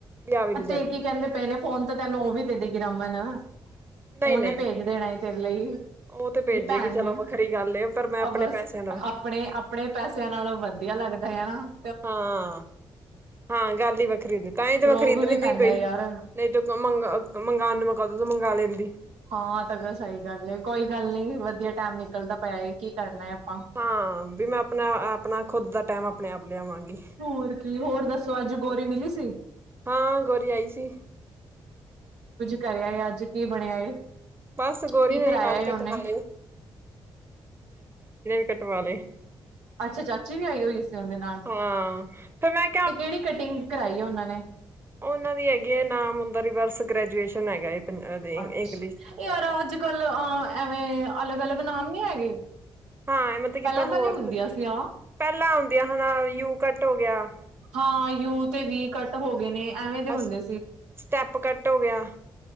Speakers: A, on the right; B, on the right.
A: ਵੀ ਆਹ ਵੀ ਡਿਜ਼ਾਇਨ
B: ਤੇ ਕੀ ਕਹਿੰਦੇ ਪਏ ਨੇ ਫੋਨ ਤੋਂ ਤੈਨੂੰ ਉਹ ਵੀ ਤੇ ਡੇ ਗ ਰਮਨ ਉਹਹਨੇ
A: ਨਹੀਂ ਨਹੀਂ
B: ਭੇਜ ਦੇਣਾ ਤੇਰ ਲਈ ਤੇਰੀ
A: ਉਹ ਤੇ ਭੇਜੇਗੀ
B: ਭੈਣ
A: ਚਲੋ
B: ਨੇ
A: ਵੱਖਰੀ ਗੱਲ ਏ ਪਰ ਮੈਂ ਆਪਣੇ
B: ਉਹ ਬਸ
A: ਪੈਸਿਆਂ ਦਾ
B: ਆਪਣੇ ਆਪਣੇ ਪੈਸਿਆਂ ਨਾਲੋਂ ਵਧੀਆ ਲੱਗਦ ਾਰ <unintelligible>
A: ਹਾਂ-ਹਾਂ ਗੱਲ ਹੀ ਵੱਖਰੀ ਹੁੰਦੀ ਤਾਂ ਹੀ ਤੇ
B: ਰੋਬ
A: ਖਰੀਦਣ
B: ਵੀ ਪੈਂਦਾ
A: ਦੀ ਪਈ
B: ਯਾਰ
A: ਨਹੀਂ ਤੂੰ ਮੰ ਮੰਗਉਣ ਕਦ ਤੂੰ ਮੰਗ ਲੈਂਦੀ
B: ਹਾਂ ਤਾਂ ਸਹੀ ਗੱਲ ਕੋਈ ਗੱਲ ਨੀ ਵਧੀਆ ਟਾਈਮ ਨਿਕਲਦਾ ਪਿਆ ਕੀ ਕਰਨਾ। ਆਪਾਂ
A: ਹਾਂ, ਵੀ ਮੈਂ ਅਪਣਾ ਆਪਣਾ ਖੁਦ ਦਾ ਟੈਮ ਆਪਣੇ ਆਪ ਲਿਆਵਾਂਗੀ।
B: ਹੋਰ ਹੋਰ ਦੱਸੋ ਅੱਜ ਗੋਰੀ ਮਿਲੀ ਸੀ।
A: ਹਾਂ ਗੋਰੀ ਆਈ ਸੀ।
B: ਕਰ ਆਏ ਅੱਜ ਕੀ ਬਣਿਆ ਏ?
A: ਬਸ ਗੋਰੀ
B: ਕੀ
A: ਨੇਈ
B: ਕਰਾਇਆ
A: ਵਾਲ
B: ਏ
A: ਕਟਵਾਲੇ
B: ਉਹਨੇ
A: <unintelligible> <unintelligible> ਕਟਵਾਲੇ।
B: ਅੱਛਾ ਚਾਚੀ ਵੀ ਆਈ ਹੋਈ ਸੀ, ਉਂਦੇ ਨਾਲ
A: ਹਾਂ ਫੇਰ ਮੈਂ
B: ਤੇ ਕੇੜੀ ਕਟਿੰਗ ਕਰਾਈ ਹੈ ਉਹਨਾਂ ਨੇ?
A: ਊਨਾਂ ਦੀ ਹੈਗੀ ਏ, ਨਾਮ ੳਂਂਨਦਾ ਰਿਵਰਸ ਗ੍ਰੈਜੂਏਸ਼ਨ ਹੈਗਾ ਏ। ਇੰਗਲਿਸ਼
B: ਅੱਛਾ
A: ਚ।
B: ਇ <unintelligible> ਅੱਜ ਕੱਲ ਅ ਐਵੇਂ ਅਲੱਗ ਅਲੱਗ ਨਾਮ ਨੀ ਹੈਗੇ।
A: ਹਾਂ ਮਤਲਬ
B: ਪਹਿਲਾਂ
A: ਕਿ ਅਪਾਂ
B: ਤਾਂ
A: ਹੋਰ,
B: ਨੀ ਹੁੰਦੀਆਂ ਸੀ ਆਹ
A: ਪੈਲਾਂ ਆਉਂਦੀਆਂ ਹਣਾ ਯੂ ਕੱਟ ਹੋ ਗਿਆ।
B: ਹਾਂ ਯੂ ਤੇ ਵੀ ਕੱਟ ਹੋ ਗਏ ਨੇ। ਐਵੇਂ ਦੇ ਹੁੰਦੇ
A: ਅ
B: ਸੀ
A: ਸਟੈਪ ਕੱਟ ਹੋ ਗਿਆ।